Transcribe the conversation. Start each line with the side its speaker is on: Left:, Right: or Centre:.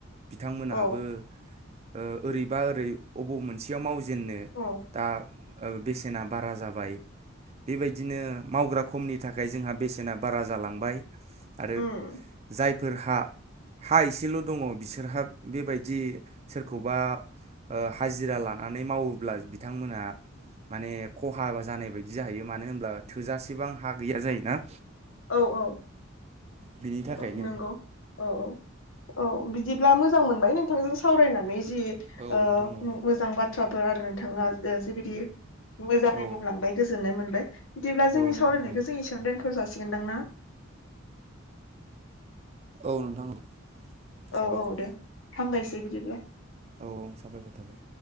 Right: बिथांमोनहाबो
Left: औ
Right: ओ ओरैबा ओरै अबाव मोनसेयाव माव जेननो
Left: औ
Right: दा बेसेना बारा जाबाय बेबायदिनो मावग्रा खमनि थाखाय जोंहा बेसेना बारा जालांबाय आरो
Left: उम
Right: जायफोर हा हा एसेल' दङ बिसोरहा बेबायदि सोरखौबा ओ हाजिरा लानानै मावोब्ला बिथांमोनहा माने खहा जानाय बायदि जाहैयो मानो होनब्ला थोजासेबां हा गैया जायोना।
Left: औ औ
Right: बिनि थाखायनो
Left: <inaudible> औ नंगौ <inaudible> औ औ औ बिदि मोजां मोनबाय नोंथांजों सावरायनानै जि
Right: औ
Left: ओ
Right: नोंथां औ
Left: मोजां बाथ्रा ओ आरो नोंथांआ जि बिदि मोजाङै
Right: औ
Left: बुंलांबाय गोजोननाय मोनबाय। बिदिब्ला
Right: औ
Left: जोंनि
Right: नोंथां
Left: सावरायनायखौ
Right: औ
Left: जों एसेयावनो दोनथ' जासिगोनदां ना?
Right: औ नोंथां। साबायखर
Left: औ औ दे हामबायसै बिदिब्ला।
Right: औ औ साबायखर थाबाय।